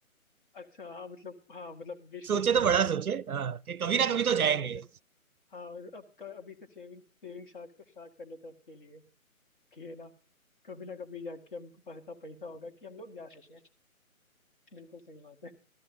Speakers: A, on the left (about 35°); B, on the right (about 80°).
A: अच्छा हाँ मतलब हाँ मतलब विश
B: सोचे
A: लिस्ट में
B: तो बड़ा
A: डाल देंगे
B: सोचे हाँ कि कभी
A: विश
B: ना
A: लिस्ट
B: कभी तो
A: में
B: जाएंगे
A: डाल देते हैं हाँ और अब क- अभी से सेविंग सेविंग स्टार्ट कर स्टार्ट कर लेते हैं उसके लिए कि है ना कभी ना कभी जाके हमको पास इतना पैसा होगा कि हम लोग जा सकें बिल्कुल सही बात है